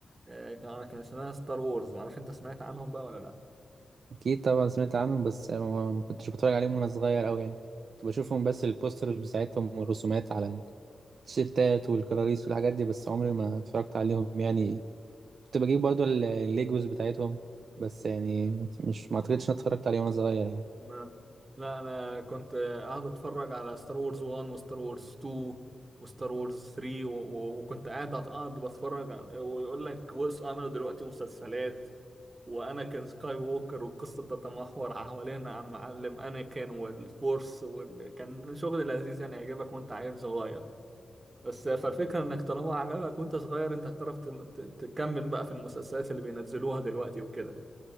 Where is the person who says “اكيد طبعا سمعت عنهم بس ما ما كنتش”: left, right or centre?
Right